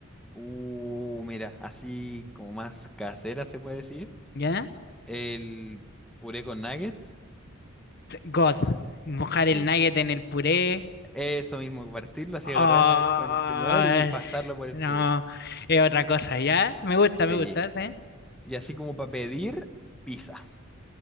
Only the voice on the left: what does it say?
¿Ya?
God. Mojar
el nugget en el puré.
Ah,
no,
es otra cosa, ¿ya? Me gusta,
me gusta, ¿sí?